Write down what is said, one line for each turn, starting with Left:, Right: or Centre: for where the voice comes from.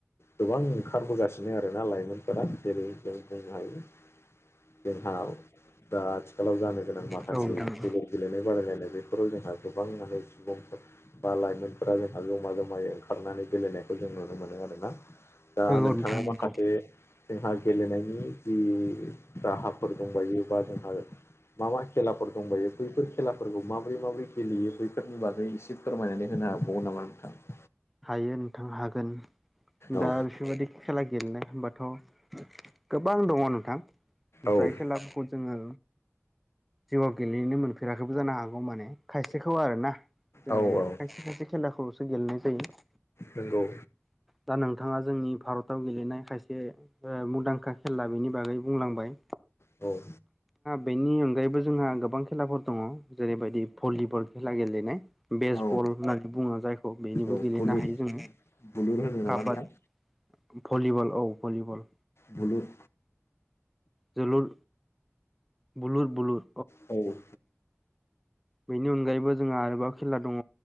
Left: गोबां ओंखारबोगासिनो आरोना लाइमोनफोरा जेरै जों बुंनो हायो जोंहा दा आथिखालाव जानो गोनां माखासे
Centre: औ नोंथां नंगौ
Left: गेलेनाय बादायलायनाय बेफोराव जोंहा गोबां मे सुबुंफोर बा लाइमोनफोरा जोंहा जमा जमायै ओंखारनानै गेलेनायखौ जों नुनो मोनो आरोना दा
Centre: नोंथां
Left: नोंथाङा
Centre: नंगौ
Left: माखासे जोंहा गेलेनायनि जि राहाफोर दंबायोबा जोंहा मा मा खेलाफोर दंबायो बैफोर खेलाफोरखौ माबोरै माबोरै गेलेयो बैफोरनि बाजों एसे फोरमायनानै होनो हाबावो नामा नोंथां
Centre: हायो नोंथां हागोन
Left: औ
Centre: दा बिफोरबायदि खेला गेलेनाय हबाथ' गोबां दङ नोंथां
Left: औ
Centre: जाय खेला ब जोङो जिउआव गेलेनो मोनफेराखैबो जानो हागौ माने खायसेखौ आरोना जोङो
Left: औ औ
Centre: खायसे खायसे खेलाखौल'सो गेलेनाय जायो
Left: नोंगौ
Centre: दा नोंथाङा जोंनि भारताव गेलेनाय खायसे मुंदांखा खेला बेनि बागै बुंलांबाय
Left: औ
Centre: बेनि अनगायैबो जोंहा गोबां खेलाफोर दङ जेरैबायदि भलिबल खेला गेलेनाय बेसबल
Left: औ
Centre: होननानै बुङो जायखौ बेनिबो
Left: औ
Centre: गेलेनो
Left: बुलुर
Centre: हायो जोङो
Left: बुलुर होनो नामा
Centre: काबाद
Left: नोंथां
Centre: भलिबल औ भलिबल
Left: बुलुद
Centre: जोलुर बुलुर बुलुर
Left: औ
Centre: बेनि अनगायैबो जोंहा आरोबाव खेला दङ